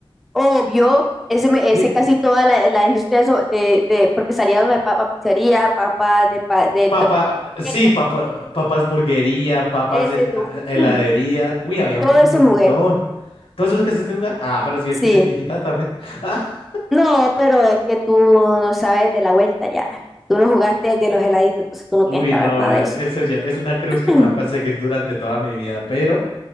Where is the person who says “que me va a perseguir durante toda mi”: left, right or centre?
Left